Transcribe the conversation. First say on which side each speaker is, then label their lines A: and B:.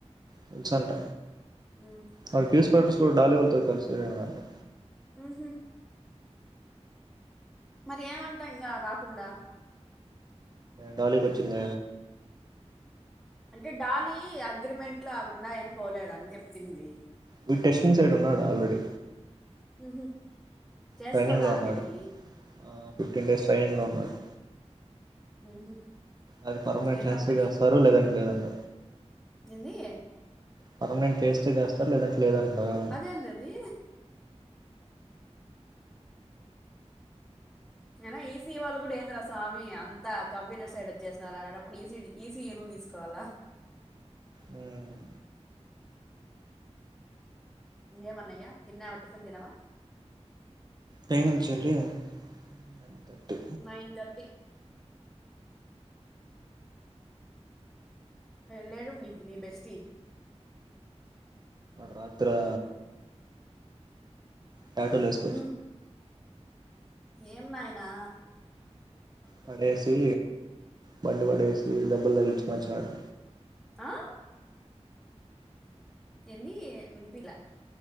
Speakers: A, on the right; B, in the centre.
A: తెలుసంట
B: హహ్మ్
A: వాడికి ఫ్యూ పర్స్ కూడా డాలీ వాలతో కలిసిరేమండి
B: ఊహు మరి ఏమంటా ఇంకా రాకుండా
A: డాలీకి వచ్చుంద
B: అంటే డాలీ అగ్రిమెంట్ లో అవి ఉన్నాయి అని పోలేదని చెప్పింది
A: వీడ్ టెస్టింగ్ సైడ్ ఉన్నాడు ఆల్రెడీ
B: ఉహు చేస్తున్నాడు
A: ట్రైనింగ్లో
B: ఆల్రెడీ
A: ఉన్నాడు ఆ ఫిఫ్టీన్ డేస్ ట్రైనింగ్లో ఉన్నాడు
B: ఉహు
A: అది పెర్మనెంట్
B: ఏ
A: చేస్తే
B: కంపెనీ
A: చేస్తారు లేదంటే లేదంట
B: ఏంది
A: పర్మనెంట్ చేస్తే చేస్తారు లేదంటే లేదంటారా
B: అదేందది అయినా ఈసీ వాళ్ళు కూడా ఏంది రా స్వామి అంతా కంప్యూటర్ సైడ్ వచ్చేసిన్నారు అలాటప్పుడు ఈసీడీ ఈసీ ఏను తీసుకోవాలా
A: ఉమ్
B: ఇంగ ఏం అన్నయ్య తిన్నవ టిఫిన్ తిన్నావా
A: టైమ్ ఉంది చెల్లి నైన్ థర్టీ
B: నైన్ థర్టీ లే లేదు ని ని బెస్టీ
A: రాత్రా టాటూలు ఎస్
B: ఉ ఏం నాయనా
A: పడేసి బండి పడేసి దెబ్బలు తగిల్చుకుని వచ్చినడు
B: ఆ ఏంది వినిపిలా